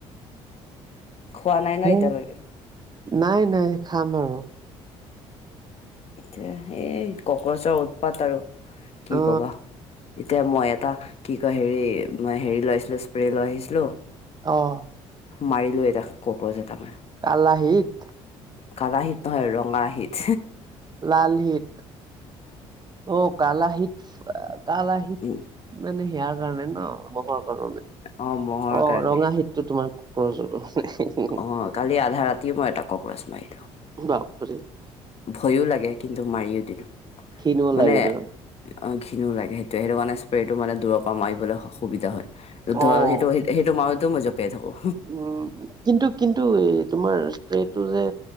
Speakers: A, on the left (about 50°); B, on the right (about 30°).
A: খোৱা নাই
B: সেই
A: ন এতিয়ালৈকে?
B: নাই নাই খাম আৰু।
A: এতিয়া এই কক্ৰচৰ উৎ পাত আৰু কি
B: অ
A: কবা, এতিয়া মই এটা কি কয় হেৰি মই হেৰি লৈ আছিলোঁ, স্প্ৰে লৈ আহিছিলোঁ।
B: অঁহ।
A: মাৰিলো এটা কক্ৰজ এটা মাই।
B: কালাহিত,
A: কালাহীত নহয় ৰঙা হিত।
B: লালহিত অ কলাহত কালাহিত
A: উম
B: মানে সেয়াৰ কাৰণে ন মহৰ কাৰণে,
A: অ' মহৰ
B: অঁ
A: কাৰণে
B: ৰঙাহিত। টো তোমাৰ কক্ৰজৰ।
A: অ', কালি আধা ৰাতিও মই এটা কক্ৰৰচ মাৰিলো।
B: <unintelligible>
A: ভয়ো লাগে কিন্তু মাৰিও দিলো,
B: ক্ষীণো
A: মানে-
B: লাগে ন?
A: অ ঘিনণো লাগে সেইটোৱে, সেইটো কাৰণে স্প্ৰেটো মানে দূৰৰ পৰা মাৰিবলৈ সুবিধা হয়,
B: অ',
A: সেইটো সেইটো মাৰোতে ও মই জপিয়াই থাকোঁ।
B: উম' কিন্তু কিন্তু এই তোমাৰ স্প্ৰেটো যে,